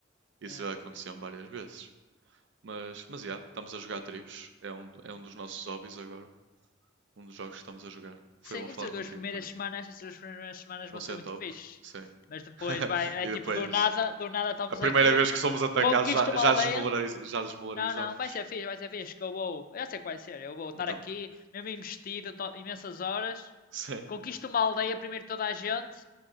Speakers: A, on the right; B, on the left.
A: Isso
B: yeah.
A: já aconteceu várias vezes. Mas, mas yeah, estamos a jogar tribos. É um, do- é um dos nossos hobbies agora. Um dos jogos que estamos a jogar. Foi
B: Sim,
A: bom falar
B: estas
A: contigo,
B: duas primeiras
A: Pedrinho.
B: semanas, estas duas primeiras semanas
A: Você
B: vão ser
A: é
B: muito
A: top.
B: fixes.
A: Sim.
B: Mas depois
A: <laughs>
B: vai,
A: E
B: é tipo
A: depois,
B: do nada, do nada estamos
A: a primeira
B: aqui,
A: vez que somos atacados,
B: conquista
A: já,
B: uma
A: já,
B: aldeia.
A: desmolariz- já desmolarizamos.
B: Não, não, vai ser fixe, vai ser fixe, que eu vou, eu já sei que vai ser, eu vou estar
A: Então,
B: aqui, mesmo investido, imensas horas,
A: sim,
B: conquisto uma aldeia, primeiro toda a gente.